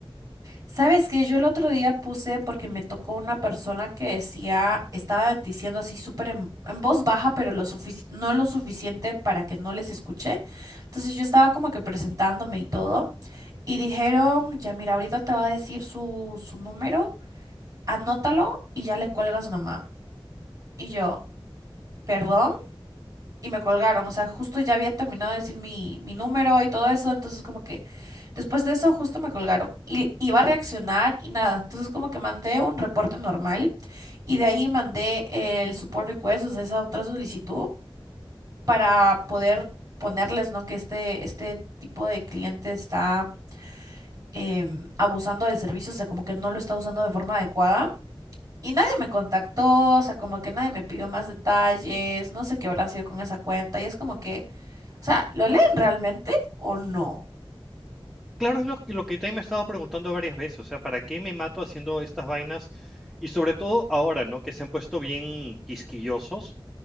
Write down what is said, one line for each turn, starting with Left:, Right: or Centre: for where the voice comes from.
Right: ¿Sabes qué? Yo el otro día puse porque me tocó una persona que decía, estaba diciendo así súper en, en voz baja, pero lo sufici- no lo suficiente para que no les escuché. Entonces yo estaba como que presentándome y todo. Y dijeron, ya mira, ahorita te va a decir su, su número, anótalo y ya le cuelgas nomás. Y yo, ¿perdón? y me colgaron. O sea, justo ya había terminado de decir mi, mi número y todo eso. Entonces, como que después de eso, justo me colgaron. Y iba a reaccionar y nada. Entonces, como que mandé un reporte normal y de ahí mandé el support request, o sea, esa otra solicitud para poder ponerles, ¿no? Que este, este tipo de cliente está em, abusando del servicio, o sea, como que no lo está usando de forma adecuada. Y nadie me contactó, o sea, como que nadie me pidió más detalles, no sé qué habrá sido con esa cuenta, y es como que o sea, ¿lo leen realmente o no?
Centre: Claro, es lo, que- lo que también me he estado preguntando varias veces, o sea, ¿para qué me mato haciendo estas vainas? Y sobre todo ahora, ¿no? Que se han puesto bien quisquillosos,